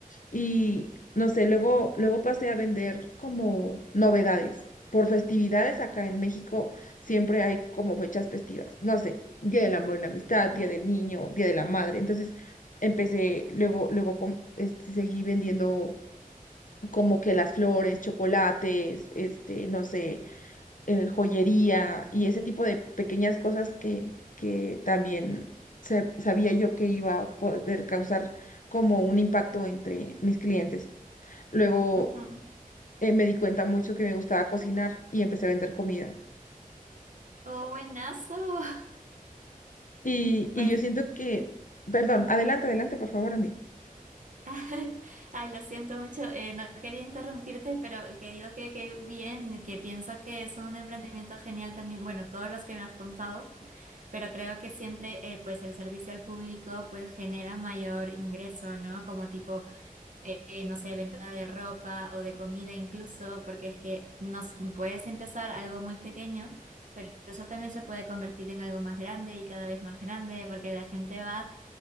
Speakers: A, on the left (about 60°); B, on the right (about 60°).
A: Y no sé, luego, luego pasé a vender como novedades. Por festividades acá en México siempre hay como fechas festivas. No sé, Día del Amor y la Amistad,
B: Ujú,
A: Día del Niño, Día de la Madre. Entonces empecé, luego, luego com- este, seguí vendiendo como que las flores, chocolates, este, no sé, eh, joyería y ese tipo de pequeñas cosas que, que también sa- sabía yo que iba a poder causar como un impacto entre mis clientes. Luego
B: ujú.
A: eh, me di cuenta mucho que me gustaba cocinar y empecé a vender comida.
B: Oh, buenazo. <laughs>
A: Y,
B: Pues,
A: y yo siento que, perdón, adelante, adelante, por favor, Andy.
B: <laughs> ay, lo siento mucho. Eh, no quería interrumpirte, pero que digo que, que bien, que pienso que es un emprendimiento genial también. Bueno, todos los que me has contado, pero creo que siempre, eh, pues el servicio al público, pues genera mayor ingreso, ¿no? Como tipo eh, eh, no sé, venta de ropa o de comida incluso, porque es que nos puedes empezar algo muy pequeño, pero eso también se puede convertir en algo más grande y cada vez más grande, porque la gente va